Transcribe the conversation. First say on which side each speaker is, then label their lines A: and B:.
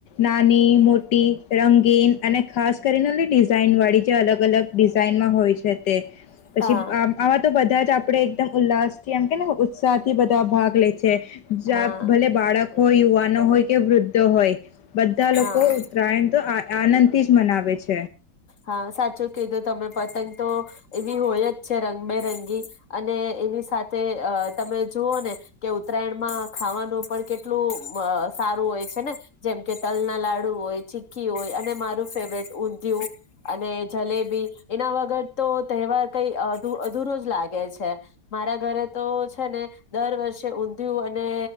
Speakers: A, on the left; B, on the left.
A: નાની મોટી રંગીન અને ખાસ કરીને ડિઝાઇન વાળી જે અલગ અલગ ડિઝાઇનમાં હોય છે તે પછી
B: હા
A: આમાં તો બધા જ આપણે એકદમ ઉલ્લાસ થી એમ કેને ઉત્સાહ થી બધા ભાગ લે છે
B: હા
A: ભલે બાળક હો યુવાનો હોય કે વૃદ્ધ હોય બધા
B: હા
A: લોકો ઉત્તરાયણ તો આનંદ થી જ મનાવે છે
B: હા સાચું કીધો તમે પતંગ તો એવી હોય જ છે રંગબેરંગી અને એની સાથે અ તમે જુઓ ને કે ઉત્તરાયણમાં ખાવાનું પણ કેટલું સારું હોય છે ને જેમ કે તલ ના લાડુ હોય ચીકી હોય અને મારું ફેવરેટ ઊંધિયું અને જલેબી એના વગર તો તહેવાર કઈ અધુરો જ લાગે છે મારા ઘરે તો છે ને દર વર્ષે ઊંધિયું અને